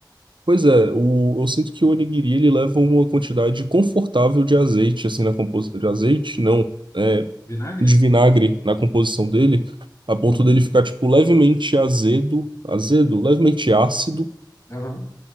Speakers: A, on the right (about 80°); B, on the left (about 35°).
A: Pois é, o, eu sinto que o onigiri ele leva uma quantidade confortável de azeite, assim, na composição de azeite, não. é,
B: Vinagre?
A: de vinagre na composição dele, a ponto
B: Uhum.
A: dele ficar, tipo, levemente azedo, azedo, levemente ácido,
B: Aham.